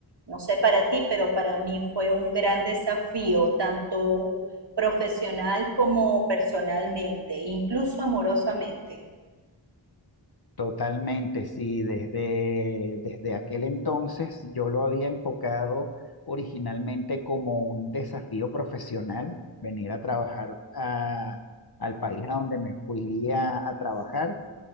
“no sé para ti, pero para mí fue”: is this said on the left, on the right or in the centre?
Right